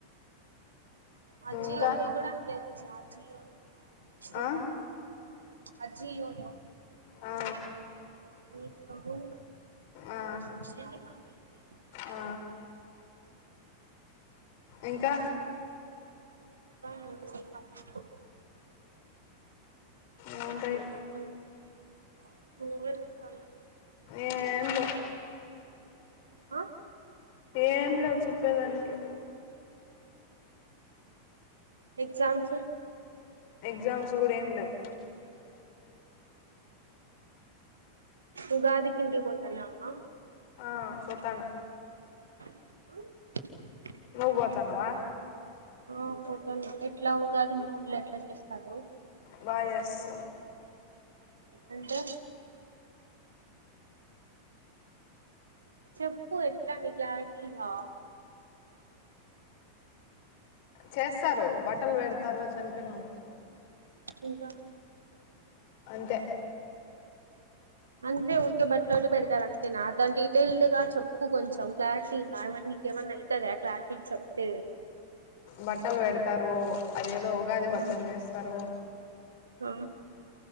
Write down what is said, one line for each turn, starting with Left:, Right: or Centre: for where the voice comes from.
Right: ఆజీయో
Left: ఇంకా
Right: లో గుడ అంతే ఆజీయో
Left: ఆ
Right: అజియోలో
Left: ఆ
Right: <inaudible>
Left: ఆ ఆ ఇంకా
Right: ఇంకా మీరే చెప్పాలి
Left: ఏముంటాయి
Right: ఉమ్ నువ్వే చెప్పాలి
Left: ఏం లేవు
Right: ఆ
Left: ఏం లేవు చెప్పేదానికి
Right: ఎగ్జామ్స్
Left: ఎగ్జామ్స్ కూడా ఏం లేవు
Right: ఉగాదికిి ఇంటికి బోతనవా
Left: ఆ పోతన
Right: ఆ హిం
Left: నువ్ బోతానవా
Right: ఆ పోతన ఎట్లా ఉగాది మీ ఊర్లో ఎట్లా చేస్తారు
Left: బా చేస్తారు
Right: అంటే చెప్పు ఎట్లాని క్లారిటీగా
Left: చేస్తారు బట్టలు పెడతారు చనిపోనవోలకి
Right: ఇంకా
Left: అంతే
Right: అంతే ఉక్కే బట్టలోటి పెడతారు అంతేనా దాని డీటెయిల్డ్ గా చెప్పు కొంచెం క్లారిటీగా ఇంకా ఏమన్నా అయితద క్లాారిటీి చేప్తే
Left: బట్టలు వెడతారు అదేదో ఉగాది పచ్చడి
Right: ఆ
Left: చేస్తారు
Right: ఆ